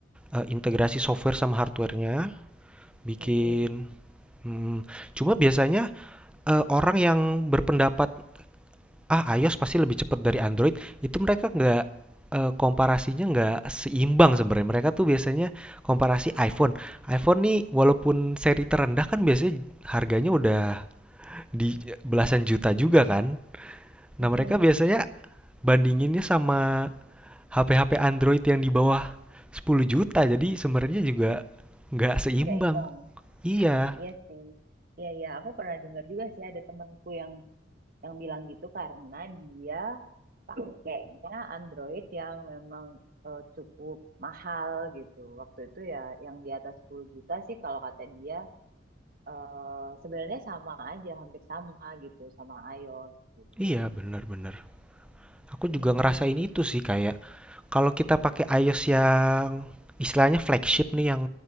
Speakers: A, in the centre; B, on the right (about 50°).
A: eee, integrasi software sama hardware-nya, bikin
B: Mm-mm.
A: mhm, cuma biasanya, eee, orang yang berpendapat, "Ah, iOS pasti lebih cepat dari Android," itu mereka nggak, eee, komparasinya nggak seimbang sebenarnya. Mereka tuh biasanya komparasi iPhone. iPhone nih walaupun seri terendah kan biasanya harganya udah di belasan juta juga kan.
B: Mm-mm.
A: Nah, mereka biasanya
B: Mm-mm.
A: bandinginnya sama HP-HP Android yang di bawah 10 juta. Jadi sebenarnya juga nggak seimbang.
B: Nggak imbang.
A: Iya,
B: Iya sih. Iya, iya. Aku pernah dengar juga sih ada temanku yang yang bilang gitu karena dia pakainya Android yang memang eh, cukup mahal gitu. Waktu itu ya yang di atas 10 juta sih kalau kata dia eh, sebenarnya sama aja, hampir sama gitu sama iOS gitu.
A: iya bener-bener. Aku
B: Hmm,
A: juga ngerasain itu sih kayak kalau kita pakai iOS yang istilahnya flagship nih yang